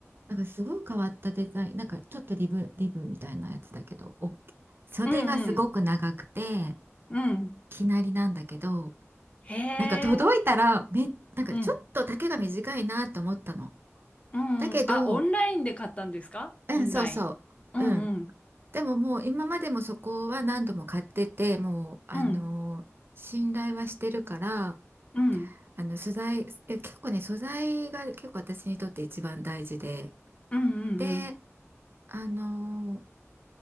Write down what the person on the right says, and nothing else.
なんかすごい変わったデザインなんかちょっとリブ、リブみたいなやつだけどお袖がすごく長くて
きなりなんだけど
なんか届いたらめなんかちょっと丈が短いなと思ったの。
だけど
うんそうそううん
でももう今までもそこは何度も買っててもうあのー信頼はしてるから。
あの素材、え、結構ね、素材が結構私にとって一番大事で、
で、あのー